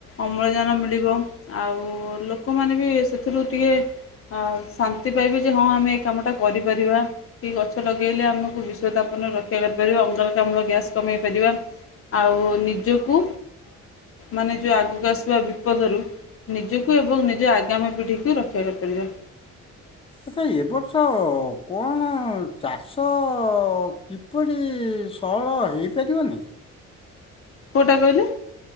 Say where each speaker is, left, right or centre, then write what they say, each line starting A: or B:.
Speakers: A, on the left; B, on the left.
A: ଅମ୍ଳଜାନ ମିଳିବ ଆଉ ଲୋକମାନେ ବି ସେଥିରୁ ଟିକେ ଆଉ ଶାନ୍ତି ପାଇବେ ଯେ ହଁ ଆମେ ଏ କାମଟା କରିପାରିବା। କି ଗଛ ଲଗେଇଲେ ଆମକୁ ବିଷତାପନରେ ରକ୍ଷା କରିପାରିବ ଅଙ୍ଗାରକା ଆର ଗ୍ୟାସ୍ କମେଇ ପାରିବା। ଆଉ ନିଜକୁ ମାନେ ଯେଉଁ ଆଗକୁ ଆସିବା ବିପଦରୁ ନିଜକୁ ଏବଂ ନିଜ ଆଗାମୀ ପିଢ଼ିକୁ ରକ୍ଷା କରିପାରିବା।
B: ଆଚ୍ଛା ଏ ବର୍ଷ କଣ ଚାଷ କି କିପରି ସଅଳ ହଇପାରିବନି?
A: କୋଉଟା କହିଲେ?